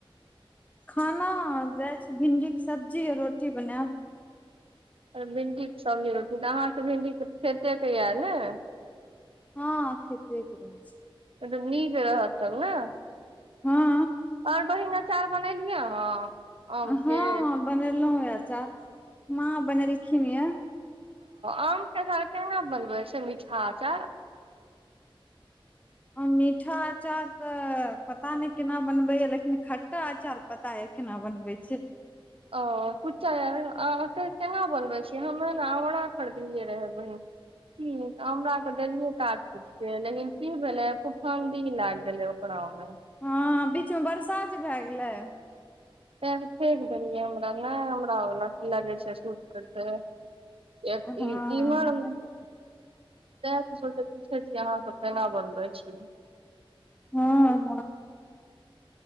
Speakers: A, on the left; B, on the right.
A: खाना जाइ छी भिंडी के सब्जी आ रोटी बनैब
B: भिंडीके सब्जी रोटी तऽ अहाँके भिंडीक तऽ खेतेके यऽ ने
A: हँ खेते के रहय छै
B: एकदम निक रहत तब नए
A: हँ
B: आओर बहिन अचार बनेलियै अहाँ आम
A: हँ
B: के
A: बनेलौ यै अचार माँ बनेलखिन यै
B: आमके अचार केना बनबै छै मीठा अचार
A: मीठा आचार तऽ पता नहि केना बनबे या लेकिन खट्टा आचार पता ये केना बनबै छै
B: ह ओ कुछा अ कहाँ बनबै छियै हमे ने आवरा खरीदलियै रहै बहिन हुं हमरा देलियै काट कुट के लेकिन की भेलै फुफन्दी लाग गेलै ओकरौ मे
A: हँ बीचमे बरसा जे भैए गेलै
B: तै फेक देलियै हमरा नहि हमरा ओ लगै छै सूट कर तै <unintelligible>
A: हँ हँ
B: सोे पूछै छियै अहाँ सब केना बनबै छियै
A: ह ह